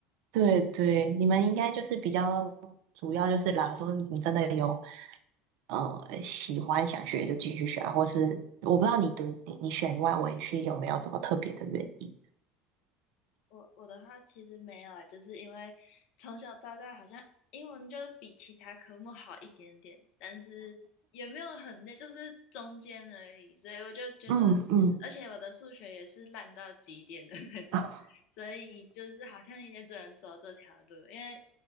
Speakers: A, on the right; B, on the left.
A: 对对，你们应该就是比较主要就是啦，假说你真的有呃喜欢想学就继续学啊或是我不知道你读你你选外文系有没有什么特别的原因？
B: 我我的话其实没有欸就是因为从小到大好像英文就是比其他科目好一点点，但是也没有很累，就是中间而已。所以我就觉得，
A: 嗯嗯
B: 而且我的数学也是烂到极点的那种，
A: 啊
B: 所以就是好像也只能走这条路，因为